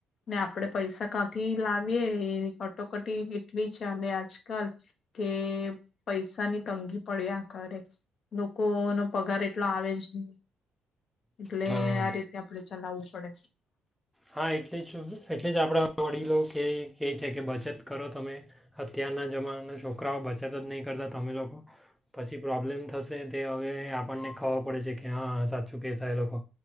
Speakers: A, on the left; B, in the centre.
A: ને આપડણે પૈસા કાંથી લાવીએે એની કટોકટી એટલી છેને આજકાલ કે પૈસાની તંગી પડીેયા કરે, લોકો નો પગાર એટલો આવે જ ની એટલે
B: હા
A: આ રીતે આપડે ચલાવવું પડે
B: હા, એટલે જ, એટલે જ આપણે મળી લો કે કહે છે કે બચત કરો તમે અત્યારના જમાનાના છોકરાઓ બચત જ નહીં કરતા તમે લોકો, પછી પ્રોબ્લેમ થશે તે હવે આપણને ખબર છે કે હા સાચું ક થાય એ લોકો